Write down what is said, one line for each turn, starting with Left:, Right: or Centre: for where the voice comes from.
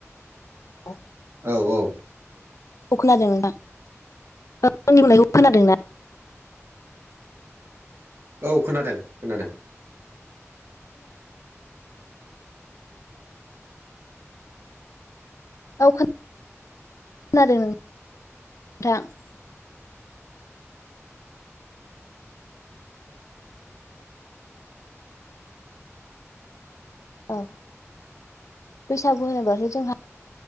Left: <unintelligible> औ
Right: औ औ
Left: खोनादों नोंथां औ आंनि बुंनायखौ खोनादों ना
Right: औ खोनादों खोनादों।
Left: <unintelligible> औ बैसागु होनोबाथ जोंहा